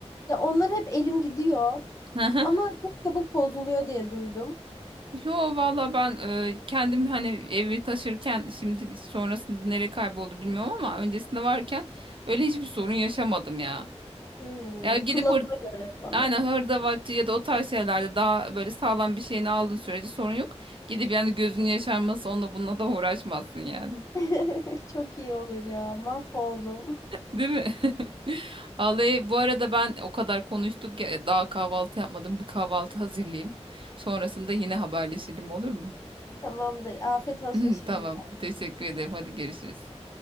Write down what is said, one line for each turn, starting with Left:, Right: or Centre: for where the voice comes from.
Left: Ya onlar hep elim gidiyor
Right: <laughs>
Left: ama çok çabuk bozuluyor diye duydum.
Right: Yo valla ben e, kendim hani evi taşırken şimdi sonrasında nereye kayboldu bilmiyorum ama öncesinde varken öyle hiçbir sorun yaşamadım ya.
Left: Hmm,
Right: Ya gidip
Left: kullanıma göre o zaman.
Right: Aynen hırdavatçı ya da o tarz şeylerde daha böyle sağlam bir şeyini aldığın sürece sorun yok. Gidip yani gözün yaşarması onunla bununla da uğraşmazsın yani.
Left: <laughs> Çok iyi olur ya. Mahvoldum.
Right: Değil mi? <laughs> Vallahi bu arada ben o kadar konuştuk ya daha kahvaltı yapmadım. Bir kahvaltı hazırlayayım. Sonrasında yine haberleşelim olur mu?
Left: <laughs> Tamamdır. Afiyet olsun
Right: <laughs>
Left: şimdi.
Right: Tamam. Teşekkür ederim. Hadi görüşürüz.